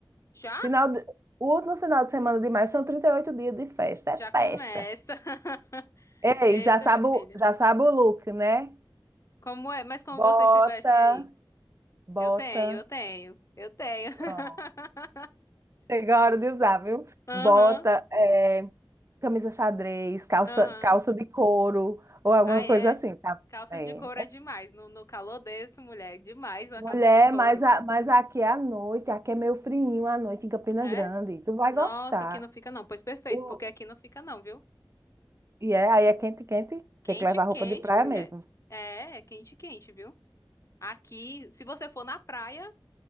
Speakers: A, on the left; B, on the right.
A: Já?
B: Final de- O último final de semana de maio são 38 dias de festa,
A: Já
B: é
A: começa.
B: festa.
A: <laughs>
B: Ei,
A: Eita,
B: já sabe,
A: minha filha.
B: o- já sabe o look, né?
A: Como é? Mas como
B: Bota,
A: vocês se vestem aí?
B: bota.
A: Eu tenho, eu tenho, eu tenho. <laughs>
B: Pronto. Chegou a hora de usar, viu?
A: Aham,
B: Bota é, camisa xadrez, calça,
A: aham.
B: calça de couro ou alguma
A: Ah, é.
B: coisa assim, tá?
A: Calça
B: É,
A: de couro é
B: é
A: demais. No, no calor desse, mulher, é demais uma
B: mulher,
A: calça de couro.
B: mas, a- mas aqui é à noite, aqui é meio frinho à noite em Campina
A: É?
B: Grande. Tu vai
A: Nossa,
B: gostar.
A: aqui não fica não. Pois perfeito,
B: O-
A: porque aqui não fica não, viu?
B: e é, aí é quente, quente.
A: Quente,
B: Tem que levar
A: quente,
B: roupa de praia
A: mulher.
B: mesmo.
A: É, é quente, quente, viu? Aqui, se você for na praia,